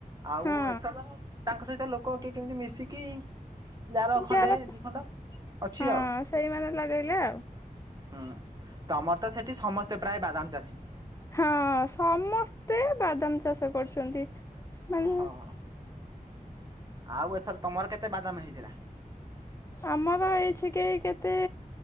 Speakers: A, on the right; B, on the left.
A: ଆଉ
B: ହଁ
A: ଏଥର ତାଙ୍କ ସହିତ ଲୋକ କିଏ କେମିତି ମିଶିକି ଯାର ଖଣ୍ଡେ
B: ଯାହାର
A: ଦି ଖଣ୍ଡ ଅଛି
B: ହଁ
A: ଆଉ।
B: ସେଇମାନେ ଲଗେଇଲେ ଆଉ।
A: ହୁଁ ତମର ତ ସେଠି ସମସ୍ତେ ପ୍ରାୟ ବାଦାମ ଚାଷୀ।
B: ହଁ ସମସ୍ତେ ବାଦାମ ଚାଷ କରୁଛନ୍ତି। ମାନେ
A: ହଁ ଆଉ ଏଥର ତମର କେତେ ବାଦାମ ହେଇଥିଲା?
B: ଆମର ଏଇଛି କେ କେତେ